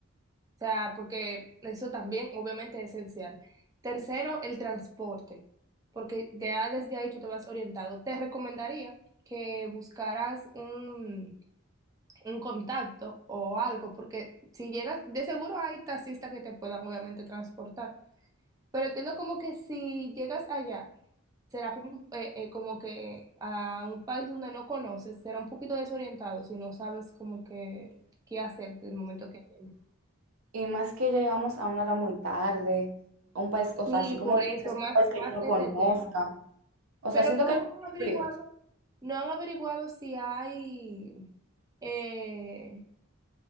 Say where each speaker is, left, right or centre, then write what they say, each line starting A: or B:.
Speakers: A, on the right (about 15°); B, on the right (about 90°).
A: O sea, porque eso también obviamente es esencial. Tercero, el transporte, porque ya desde ahí tú te vas orientado. Te recomendaría que buscaras un, un contacto o algo, porque si llegas, de seguro hay taxistas que te puedan obviamente transportar. Pero entiendo como que si llegas allá, será como, un- eh, eh, como que a un país donde no conoces, será un poquito desorientado si no sabes como que qué hacer del momento que llegues.
B: Y más que llegamos a una hora muy tarde, a un país, o
A: Sí,
B: sea, así como
A: por
B: tú
A: eso,
B: dices,
A: más,
B: un país que
A: más
B: yo no
A: ese
B: conozca.
A: tema.
B: O
A: Pero
B: sea, siento
A: no
B: que es
A: han averiguado,
B: peligroso.
A: no han averiguado si hay, eh,